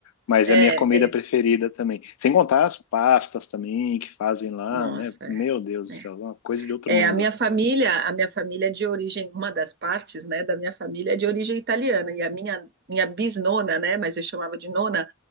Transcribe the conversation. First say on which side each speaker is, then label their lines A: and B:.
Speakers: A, on the left; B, on the right.
A: Mas
B: É,
A: é a minha comida preferida
B: é
A: também. Sem contar as pastas também que fazem lá,
B: nossa,
A: né? Meu Deus
B: é,
A: do
B: é.
A: céu, é uma coisa de outro
B: É,
A: mundo.
B: a minha família, a minha família é de origem, uma das partes, né, da minha família é de origem italiana, e a minha, minha bisnona, né, mas eu chamava de nona,